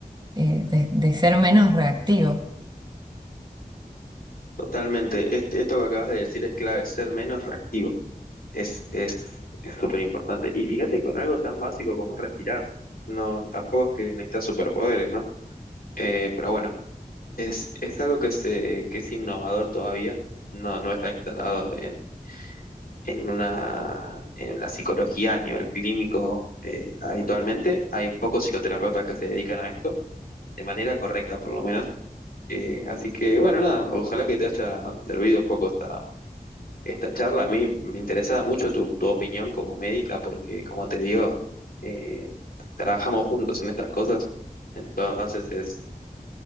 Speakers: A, on the right; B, on the left.
A: eh, de, de ser menos reactivo.
B: Totalmente. Este- esto que acabas de decir es clave, ser menos reactivo. Es, es, es súper importante. Y fíjate con algo tan básico como es respirar. No, tampoco es que necesitas superpoderes, ¿no? Eh, pero bueno, es, es algo que, se, que es innovador todavía, no, no está instalado en, en, una, en la psicología a nivel clínico eh, habitualmente. Hay pocos psicoterapeutas que se dedican a esto, de manera correcta por lo menos. Eh, así que bueno, nada, ojalá que te haya servido un poco esta, esta charla. A mí me interesaba mucho tu, tu opinión como médica, porque como te digo, eh, trabajamos juntos en estas cosas. Entonces es